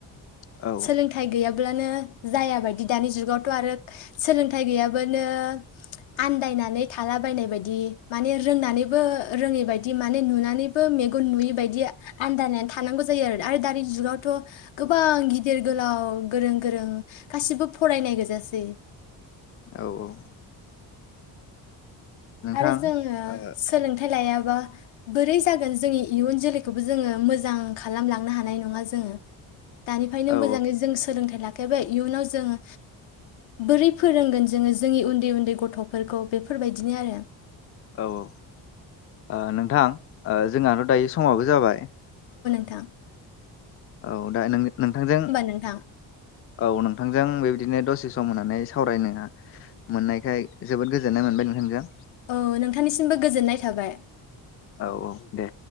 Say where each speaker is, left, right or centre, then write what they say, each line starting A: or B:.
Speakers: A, on the left; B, on the left.
A: औ
B: सोलोंथाइ गैयाबा ब्लानो जाया बायदि दानि जुावथ' आरो सोलोंथाइ गैयाबानो आन्दायनानै थालाबायनाय बायदि माने रोंनानैबो रोङै बायदि माने नुनानैबो मेगन नुयै बायदि आन्दायनानै थानांगौ जायो आरो आरो दानि जुगावथ' गोबां गिदिर गोलाव गोरों गोरों गासिबो फरायनाय गोजासै।
A: औ औ नोंथां
B: आरो जोङो
A: ओ
B: सोलोंथाइ लाया बा बोरै जागोन जोंनि इयुन जोलैखौबो जोङो मोजां खालामलांनो हानाय नङा जोङो। दानिफ्रायनो
A: औ
B: मोजाङै जों सोलोंथाइ ला आखाइबा इयुनाव जोङो बोरै फोरोंगोन जोङो जोंनि उन्दै उन्दै गथ'फोरखौ बेफोरबायदिनो आरो। <inaudible>
A: औ औ ओ नोंथां ओ जोंहाथ' दायो समाबो जाबाय।
B: दा
A: औ दा नोंनि नोंथांजों
B: नोंथां
A: औ नोंथांजों बेबायदिनो दसे सम' होना नाय सावरायनो मोननायखाय जोबोद गोजोननाय मोनबाय नोंथांजों।
B: औ नोंथांनिसिमबो गोजोननाय थाबाय।
A: औ औ दे